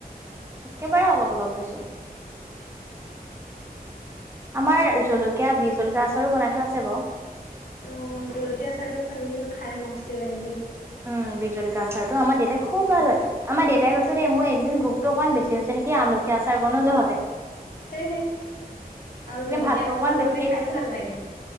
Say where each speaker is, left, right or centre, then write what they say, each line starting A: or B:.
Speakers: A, on the right (about 15°); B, on the left (about 70°).
A: একেবাৰে অলপ-অলপ দিছো। আমাৰ জলকীয়া, বিজ-জলকীয়া আচাৰো বনাই থোৱা আছে বাৰু।
B: অ' জলকীয়া আচাৰ টো কিন্তু খাই মস্তি লাগে দেই।
A: উম বিজলকীয়া আচাৰটো- ত আমাৰ দেউতাই খুব
B: উম।
A: ভাল হয়। আমাৰ দেউতাই- পছ দে মোৰ একদিন ভোকটো অকমান বেছি হৈছে নেকি আমলখি আচাৰ গণো যহতে।
B: হে হে। আৰু জলকীয়া
A: ভাতটো
B: অকন
A: অকণমান
B: হলে
A: বেছিকে
B: মানে খাইও
A: খাইছো
B: ভাল লাগে।